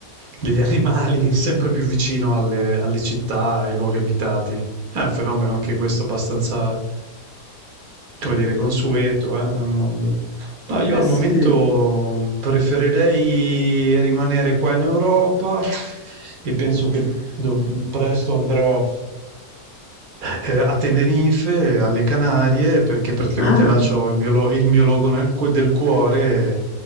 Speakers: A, on the right; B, on the left.
A: degli animali <laughs> sempre più vicino alle, alle città, ai luoghi abitati. È un fenomeno anche questo abbastanza come dire, consueto, eh, nel mondo. No, io
B: Eh
A: al
B: sì,
A: momento preferirei rimanere qua in Europa e penso che dov- presto andrò eh, a Tenerife, alle Canarie, perché praticamente
B: bello.
A: là c'ho il mio, lo- il mio logo nel cu- del cuore, eh,